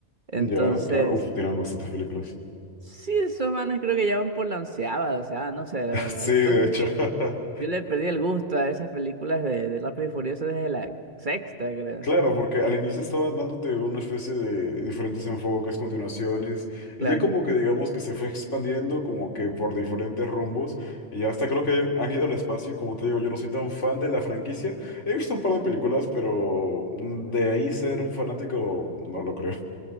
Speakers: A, on the right (about 40°); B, on the left (about 70°).
A: Entonces,
B: Ya, claro. Uf, tienen bastantes películas.
A: sí, esos manes creo que ya van por la onceava, o sea, no sé, la
B: <laughs>
A: verdad.
B: Sí,
A: La
B: de
A: cosa
B: hecho.
A: es que
B: <laughs>
A: yo le perdí el gusto a esas películas de, de Rápido y Furioso desde la sexta, creo.
B: Claro, porque al inicio estaba dándote una especie de diferentes enfoques, continuaciones, y
A: Claro.
B: ya como que digamos que se fue expandiendo como que por diferentes rumbos, y ya hasta creo que han, han ido al espacio, y como te digo, yo no soy tan fan de la franquicia, he visto un par de películas, pero mm, de ahí ser un fanático, no lo creo.